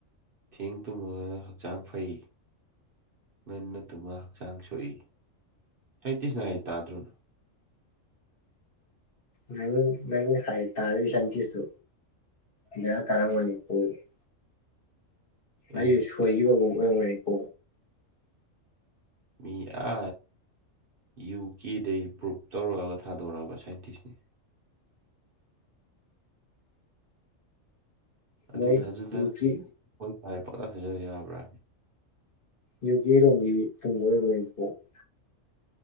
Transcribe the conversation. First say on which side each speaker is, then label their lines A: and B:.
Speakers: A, on the right (about 50°); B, on the left (about 45°).
A: ꯊꯦꯡ ꯇꯨꯝꯃꯒꯅ ꯍꯛꯆꯥꯡ ꯐꯩ꯫ ꯉꯟꯅ ꯇꯨꯝꯃ ꯍꯛꯆꯥꯡ ꯁꯣꯛꯏ ꯁꯥꯏꯟꯇꯤꯁꯅ ꯍꯥꯏ ꯇꯥꯗ꯭ꯔꯣꯅꯪ꯫
B: ꯅꯪ ꯅꯪ ꯍꯥꯏ ꯇꯥꯏ ꯁꯥꯏꯟꯇꯤꯁꯇꯨ ꯕꯦꯔ ꯀꯥꯔꯝꯒꯅꯤ <unintelligible> ꯑꯩꯒꯤ
A: ꯑꯦ
B: ꯁꯣꯏꯒꯤꯕꯒ ꯑꯣꯏꯔꯝꯒꯅꯤꯀꯣ꯫
A: ꯃꯤ ꯑ ꯌꯨ ꯀꯦꯗꯩ ꯄ꯭ꯔꯨꯄ ꯇꯧꯔꯛꯑꯒ ꯊꯥꯗꯣꯔꯛꯑꯕ ꯁꯥꯏꯟꯇꯤꯁꯅꯤ꯫ ꯑꯗꯨ
B: ꯃꯣꯏ
A: ꯊꯥꯖꯗꯅ
B: ꯌꯨꯀꯤ
A: ꯑꯣꯏ ꯍꯥꯏ ꯄꯪꯊꯥ ꯊꯥꯖꯕ ꯌꯥꯕ꯭ꯔꯥ꯫
B: ꯌꯨ ꯀꯦꯔꯣꯝꯒꯤ <unintelligible>